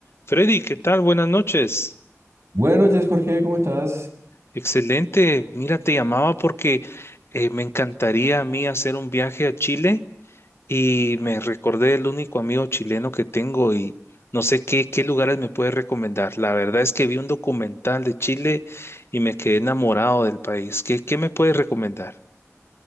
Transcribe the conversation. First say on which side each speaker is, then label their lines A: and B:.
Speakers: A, on the left (about 55°); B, on the right (about 65°).
A: Freddy, ¿qué tal? Buenas noches.
B: Buenas noches, Jorge, ¿cómo estás?
A: Excelente. Mira, te llamaba porque eh, me encantaría a mí hacer un viaje a Chile y me recordé el único amigo chileno que tengo y no sé qué, qué lugares me puedes recomendar. La verdad es que vi un documental de Chile y me quedé enamorado del país. ¿Qué, qué me puedes recomendar?